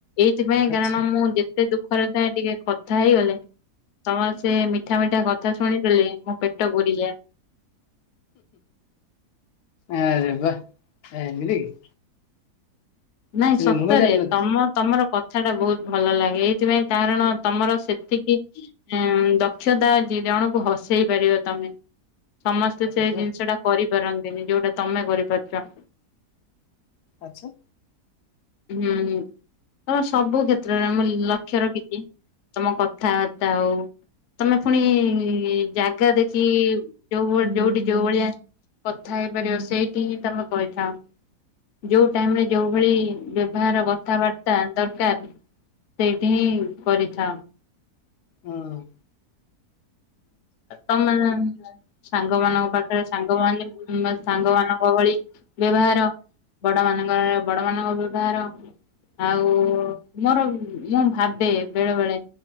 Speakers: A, on the left; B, on the left.
A: ଏଇଥିପାଇଁ
B: ଆଚ୍ଛା
A: କାରଣ ମୁଁ ଯେତେ ଦୁଃଖରେ ଥାଏ ଟିକେ କଥା ହେଇଗଲେ। ତମର ସେ ମିଠା ମିଠା କଥା ଶୁଣିଦେଲେ ମୋ ପେଟ ବୁଡିଯାଏ।
B: ଆରେ ବା ଏମିତି କି?
A: ନାଇଁ
B: ଆକ୍ଚୁଆଲି
A: ସତରେ
B: ମୁଁ ଜାଣିନଥିଲି
A: ତମ ତମର କ କଥା ଟା ବହୁତ ଭଲ ଲାଗେ ଏଇଥିପାଇଁ କାରଣ ତମର ସେତିକି ଉଁ ଦକ୍ଷତା ଅଛି ଜଣକୁ ହସେଇ ପାରିବ ତମେ। ସମସ୍ତେ
B: ଆରେ
A: ସେଇ
B: ବା
A: ଜିନିଷ ଟା କରିପାରନ୍ତିନି ଯୋଉଟା ତମେ କରିପାରୁଛ।
B: ଆଚ୍ଛା।
A: ହୁଁ ହୁଁ ତମ ସବୁ କ୍ଷେତ୍ରରେ ମୁଁ ଲକ୍ଷ୍ୟ ରଖିଛି। ତମ କଥାବାର୍ତ୍ତା ହଉ। ତମେ ପୁଣି ଜାଗା ଦେଖି ଯୋଉଳି ଯୋଉଠି ଯୋଉ ଭଳିଆ କଥା ହେଇପାରିବ ସେଇଠି ହିଁ ତମେ କହିଥାଅ ଯୋଉ ଟାଇମ ରେ ଯୋଉ ଭଳି ବ୍ୟବହାର କଥାବାର୍ତ୍ତା ଦରକାର ସେଇଠି ହିଁ କରିଥାଉ।
B: ହଁ।
A: ତମ ସାଙ୍ଗ ମାନଙ୍କ ପାଖରେ ସାଙ୍ଗମାନ ସାଙ୍ଗ ମାନଙ୍କ ଭଳି ବ୍ୟବହାର ବଡ ମାନଙ୍କର ବଡ ମାନଙ୍କ ବ୍ୟବହାର ଆଉ ମୋର ମୁଁ ଭାବେ ବେଳେ ବେଳେ